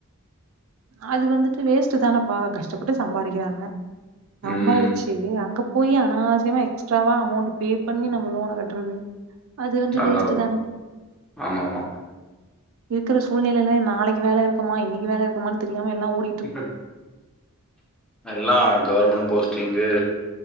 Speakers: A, on the right (about 65°); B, in the centre.
A: அது வந்துட்டு வேஸ்ட்டு தானேப்பா கஷ்டப்பட்டு சம்பாறிக்கிறாங்க சம்பாாரிச்சி
B: ம்
A: அங்க போயி அனாவசியமா எக்ஸ்ட்ராவா அமௌண்டட் பே பண்ணி நம்ம லோன் கட்றது அது வந்து
B: அதான்
A: வேஸ்ட்டு
B: அதான்
A: தான்
B: ஆமாம் ஆமாம்
A: இருக்குற சூழ்நிலையில நாளைக்கு வேலை இருக்குமா இன்னைக்கு வேலை இருக்குமான் தெரியாம எல்லா ஓடி
B: இப்ப எல்லா கவர்மெண்ட் போஸ்ட்டிங்கு